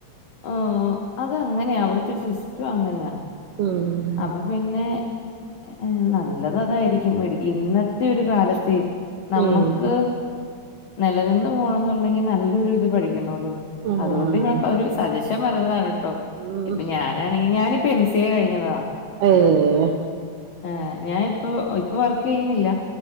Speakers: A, on the left; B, on the right.
A: ആ ആഹ് അതങ്ങനെയാ. അവിടെത്തൊരു സിസ്റ്റം അങ്ങനെയാ.
B: ഉം
A: അപ്പൊ പിന്നെ ഏ നല്ലയതായിരിക്കും. മേടിക്ക് ഇന്നത്തെ ഒരു കാലത്തേ നമ്മെക്ക്
B: ഉം
A: നിലനിന്ന് പോണോന്നുണ്ടെങ്കിൽ നല്ലൊരു ഇത് പഠിക്ക ണോല്ലോ.
B: ആഹ്
A: അതുകൊണ്ട് ഞാൻ ഒരു സജഷൻ പറഞ്ഞതാണുട്ടോ.
B: ഉം
A: ഇപ്പൊ ഞാനാണെങ്കി ഞാനി ഇപ്പ എം സി എ കഴിഞ്ഞതാ.
B: ഓഹ്
A: ഹ് ഞാനിപ്പോ ഇപ്പോ വർക്ക് ചെയ്യുന്നില്ല.